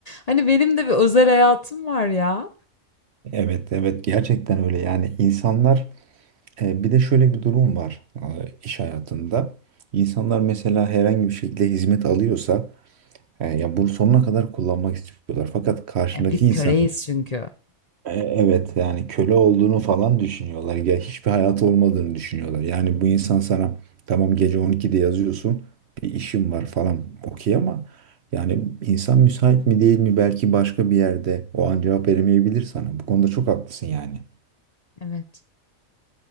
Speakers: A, on the left; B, on the right.
A: Hani benim de bir özel hayatım var ya.
B: Evet evet gerçekten öyle yani insanlar E, bir de şöyle bir durum var e, iş hayatında. İnsanlar mesela herhangi bir şekilde hizmet alıyorsa e, ya bunu sonuna kadar kullanmak istiyorlar. Fakat karşındaki
A: E, biz köreyiz
B: insanın
A: çünkü.
B: e, evet yani köle olduğunu falan düşünüyorlar. Ya hiçbir hayatı olmadığını düşünüyorlar. Yani bu insan sana tamam gece 12'de yazıyorsun bir işim var falan okey ama yani insan müsait mi değil mi belki başka bir yerde o an cevap veremeyebilir sana. Bu konuda çok haklısın yani.
A: Evet.